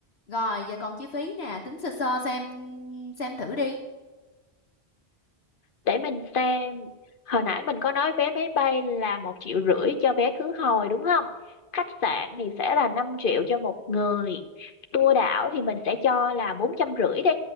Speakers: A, on the left; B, on the left.
A: rồi giờ còn chi phí nè tính sơ sơ xem xem thử đi
B: để mình xem hồi nãy mình có nói vé máy bay là một triệu rưỡi cho vé khứ hồi đúng không khách sạn thì sẽ là 5 triệu cho một người tour đảo thì mình sẽ cho là bốn trăm rưỡi đi